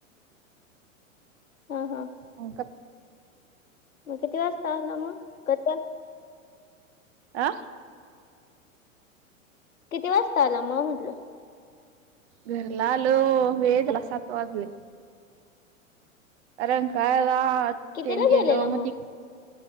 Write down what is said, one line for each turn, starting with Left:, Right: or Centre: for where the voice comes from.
Left: हा हा.
Right: <unintelligible>
Left: मग किती वास्ता आला मग, कसं?
Right: आ?
Left: किती वाजता आला मग म्हटलं?
Right: घरला आलो, वेळ झाला सात वाजले. रंकाळ्याला
Left: कितीला
Right: तेन गेलो
Left: गेलेला
Right: मग ती